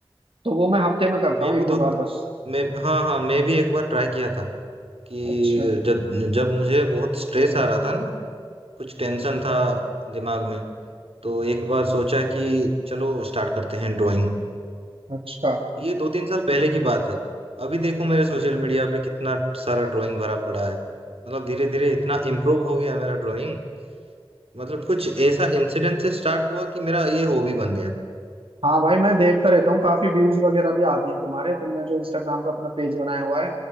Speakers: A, on the right; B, on the right.
A: तो वो मैं हफ्ते में करता
B: मैं
A: हूँ
B: भी
A: एक दो
B: दो
A: बार बस
B: मैं हाँ हाँ मैं भी एक बार ट्राई किया था कि
A: अच्छा
B: जब जब मुझे बहुत स्ट्रेस आ रहा था ना कुछ टेंशन था दिमाग में तो एक बार सोचा कि चलो स्टार्ट करते हैं ड्राइंग
A: अच्छा
B: ये दो तीन साल पहले की बात है अभी देखो मेरे सोशल मीडिया पे कितना सारा ड्राइंग भरा पड़ा है मतलब धीरे धीरे इतना इम्प्रूव हो गया मेरा ड्राइंग मतलब कुछ ऐसा इंसिडेंट से स्टार्ट हुआ कि मेरा ये हॉबी बन गया
A: हाँ भाई मैं देखता रहता हूँ काफी व्यूज वगैरह भी आते हैं तुम्हारे तुमने जो इंस्टाग्राम पे अपना पेज बनाया हुआ है